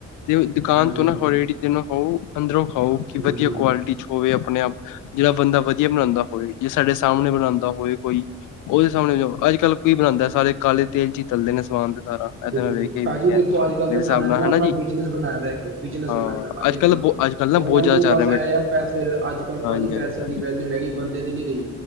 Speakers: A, on the left; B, on the right.
A: ਤੇ ਦੁਕਾਨ
B: ਹਾਂਜੀ
A: ਤੋਂ ਨਾ
B: ਹਾਂਜੀ
A: ਖਾਉ ਰੇਹੜੀ ਤੋ ਨਾ ਖਾਓ ਅੰਦਰੋਂ ਖਾਓ ਕਿ
B: ਬਿਲਕੁਲ
A: ਵਧੀਆ ਕੁਆਲਿਟੀ ਚ ਹੋਵੇ ਆਪਣੇ ਆਪ ਜਿਹੜਾ ਬੰਦਾ ਵਧੀਆ ਬਣਾਉਂਦਾ ਹੋਵੇ ਜੇ ਸਾਡੇ ਸਾਹਮਣੇ ਬਣਾਉਂਦਾ ਹੋਵੇ ਕੋਈ। ਉਹਦੇ ਸਾਹਮਣੇ ਜੋ ਅੱਜ ਕੱਲ੍ਹ ਬਣਾਉਦਾ ਸਾਰੇ ਕਾਲੇ ਤੇਲ ਚ ਹੀ ਨੇ ਸਮਾਨ ਤੇ ਸਾਰਾ
B: ਬਿਲਕੁਲ
A: ਇਹ ਤੇ ਮੈਂ ਵੇਖਿਆ ਹੀ
B: ਭਾਜੀ
A: ਵੇਖਿਆ
B: ਦੇਖੋ ਅੱਜ
A: ਮੇਰੇ
B: ਕੱਲ ਤਾਂ
A: ਹਿਸਾਬ
B: ਸਾਰਿਆਂ
A: ਨਾਲ
B: ਨੇ ਨਾ
A: ਹਨਾ
B: ਆਪਣਾ
A: ਜੀ
B: ਬਿਜਨਸ ਬਣਾਇਆ ਪਿਆ ਦਾ ਇੱਕ ਬਿਜਨਸ
A: ਹਾਂ
B: ਬਣਾਏ ਦਾ ਭਾਜੀ
A: ਅੱਜ
B: ਆਪਣਾ
A: ਕੱਲ ਅੱਜ ਕੱਲ੍ਹ
B: ਉਹਨਾਂ
A: ਨਾ ਬਹੁਤ
B: ਨੂੰ
A: ਜ਼ਿਆਦਾ ਚੱਲ
B: ਬਸ
A: ਰਿਹਾ
B: ਇਹ ਆ ਪੈਸੇ ਅੱਜ ਕੱਲ ਭਾਜੀ
A: ਹਾਂਜੀ ਹਾਂਜੀ
B: ਪੈਸੇ
A: ਹਾਂਜੀ
B: ਦੀ ਵੈਲਿਊ ਰਹਿ ਗਈ ਬੰਦੇ ਦੀ ਨੀ ਰਹੀ